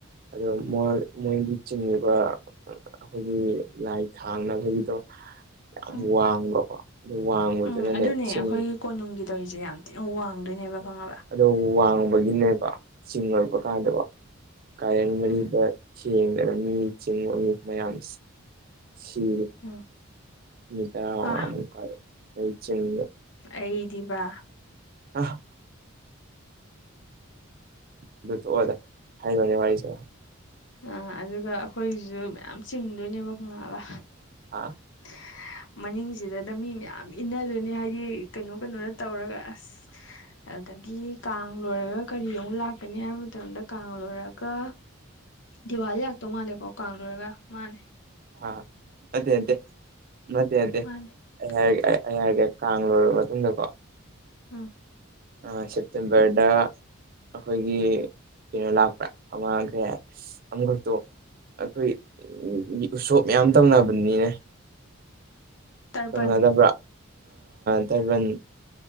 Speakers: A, on the right (about 45°); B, on the left (about 55°).
A: ꯑꯗꯣ ꯃꯣꯏꯒꯤ ꯆꯤꯡꯉꯕ ꯑꯩꯈꯣꯏꯒꯤ ꯂꯥꯏ ꯊꯥꯡꯅꯕꯒꯤꯗꯣ ꯌꯥꯝ
B: ꯎꯝ
A: ꯋꯥꯡꯕꯀꯣ ꯋꯥꯡꯕꯗꯨꯅꯅꯦ
B: ꯎꯝ ꯑꯗꯨꯅꯦ
A: ꯆꯤꯡ
B: ꯑꯩꯈꯣꯏꯒꯤ ꯀꯣꯅꯨꯡꯒꯤ ꯇꯧꯔꯤꯁꯦ ꯌꯥꯝ ꯋꯥꯡꯗꯣꯏꯅꯦꯕ ꯈꯪꯉꯕ
A: ꯑꯗꯨ ꯋꯥꯡꯕꯒꯤꯅꯦꯕ
B: ꯎꯝ
A: ꯆꯤꯡꯉꯛꯄ ꯀꯥꯟꯗꯀꯣ ꯀꯥꯔꯦꯟ ꯃꯔꯤꯗ
B: ꯎꯝ
A: ꯆꯦꯡꯗꯅ ꯃꯤ ꯆꯤꯡꯕ ꯃꯤ ꯃꯌꯥꯝ ꯁꯤ
B: ꯎꯝ
A: ꯃꯤꯇꯔ ꯑꯃ
B: ꯑ
A: ꯋꯥꯡ ꯀꯥꯗꯩ ꯂꯩ ꯆꯤꯡ
B: ꯑꯩꯗꯤꯕ
A: ꯑ ꯑꯗꯨ ꯊꯣꯛꯣꯛꯑꯣꯗ ꯍꯥꯏꯕꯅꯦ ꯋꯥꯔꯤꯁꯦ
B: ꯑ ꯑꯗꯨꯒ ꯑꯩꯈꯣꯏꯒꯤꯁꯨ ꯃꯌꯥꯝ ꯆꯤꯡꯗꯣꯏꯅꯦꯕ ꯈꯪꯉꯕ
A: ꯑꯥ
B: ꯍꯥ <inaudible> ꯃꯅꯤꯡꯁꯤꯗꯗ ꯃꯤ ꯃꯌꯥꯝ ꯏꯟꯅꯗꯣꯏꯅꯤ ꯍꯥꯏꯗꯤ ꯀꯩꯅꯣ ꯀꯩꯅꯣꯗ ꯇꯧꯔꯒ ꯑꯁ ꯑꯗꯨꯗꯒꯤ ꯀꯥꯡ ꯂꯣꯏꯔꯒ ꯀꯔꯤ ꯑꯃꯨꯛ ꯂꯥꯛꯀꯅꯤ ꯍꯥꯏꯕ ꯃꯇꯝꯗ ꯀꯥꯡ ꯂꯣꯏꯔꯒ ꯗꯤꯋꯥꯂꯤ ꯂꯥꯛꯛꯇꯧ ꯃꯥꯜꯂꯦꯀꯣ ꯀꯥꯡꯨꯔꯒ ꯃꯥꯜꯂꯦ
A: ꯑꯥ ꯑꯗ ꯑꯗꯦ ꯃꯗꯦ ꯑꯗꯦ
B: ꯃꯥꯅꯦ
A: ꯑꯩ
B: ꯀꯩ
A: ꯍꯥꯏꯔꯦ ꯑꯩ ꯑꯩ ꯍꯥꯏꯔꯒꯦ ꯀꯥꯡ ꯂꯣꯏꯔꯕ ꯃꯇꯨꯡꯗ ꯀꯣ
B: ꯎꯝ
A: ꯑ ꯆꯦꯠꯇ ꯄꯦꯗ ꯑꯩꯈꯣꯏꯒꯤ ꯀꯩꯅꯣ ꯂꯥꯛꯄ꯭ꯔꯥ ꯑꯃꯈꯦ ꯑꯃꯈꯛꯇꯣ ꯑꯩꯈꯣꯏ ꯎꯁꯣꯞ ꯃꯌꯥꯝ ꯇꯧꯅꯕꯅꯤꯅꯦ
B: ꯇꯔꯄꯟ
A: ꯇꯧꯅꯗꯕꯥ ꯇꯥꯏꯕꯜ